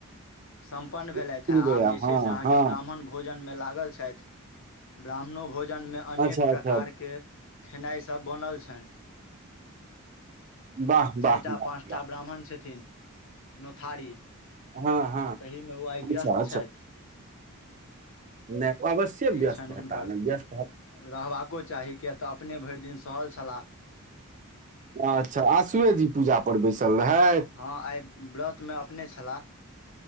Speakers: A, on the left; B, on the right.
A: सम्पन्न भेलथि
B: सुनबै
A: हय आब जे छै
B: हँ
A: से अहाँकेँ
B: हँ
A: ब्राह्मण भो भोजनमे लागल छथि ब्राह्मणो भोजनमे अनेक
B: अच्छा अच्छा
A: प्रकारके के खेनाइ सब बनल छनि
B: वाह
A: चारि
B: वाह
A: टा
B: वाह
A: पाँचटा ब्राह्मण छथिन नोथहारी
B: वाह हँ हँ
A: तहि मे ओ आइ
B: अच्छा
A: व्यस्त छथि
B: नइ अवश्ये
A: से
B: व्यस्त
A: छनि
B: हेताह
A: हुनकर
B: ने व्यस्त हेता
A: रहबाको चाही किएक तऽ अपने भरि दिन सहल छलाह
B: अच्छा आशुए जी पूजा पर बैसल रहेथ
A: हँ आइ व्रतमे अपने छलाह